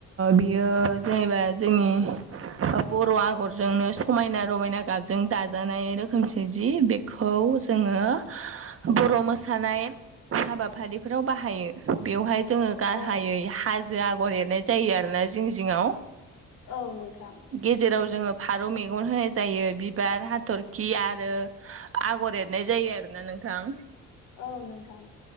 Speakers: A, on the right; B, on the left.
A: बियो जेनेबा जोंनि बर' आगरजोंनो समायना रमायना गाजा जों दाजानाय रोखोमसे जि बेखौ जोङो बर' मोसानाय हाबाफारिफोराव बाहायो बेवहाय जोङो गाहायै
B: औ
A: हाजो आगर एरनाय जायो आरोना जिं जिङाव
B: औ नोंथां
A: गेजेराव जोङो फारौ मेगन होनाय जायो बि बिबार हाथरखि आरो आगर एरनाय जायो आरोना नोंथां
B: औ नोंथां